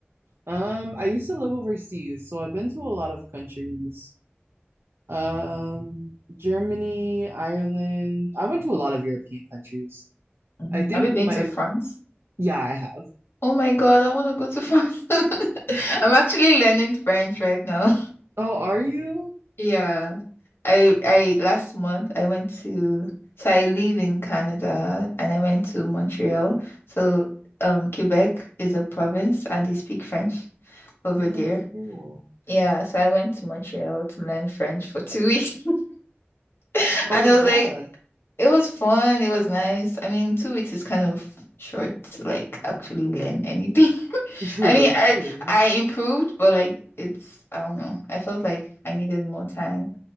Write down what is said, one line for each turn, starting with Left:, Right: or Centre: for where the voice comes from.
Right: Um, I used to live overseas, so I've been to a lot of countries. Um, Germany, Ireland. I went to a lot of European countries.
Left: Mm.
Right: I think
Left: Have you been
Right: my,
Left: to France?
Right: yeah, I have.
Left: Oh my God, I want to go to France. <laughs>
Right: <laughs>
Left: I'm actually learning French right now.
Right: Oh, are you?
Left: Yeah. I I last month I went to so I live in Canada and I went to Montreal. So um Quebec is a province and they speak French over
Right: Oh,
Left: there.
Right: that's cool.
Left: Yeah, so I went to Montreal to learn French for two weeks. <laughs>
Right: How
Left: And
Right: was
Left: I
Right: that?
Left: was like, It was fun. It was nice. I mean, two weeks is kind of short to like actually learn anything. <laughs>
Right: True,
Left: I mean, I
Right: true.
Left: I improved, but like it's I don't know. I felt like I needed more time.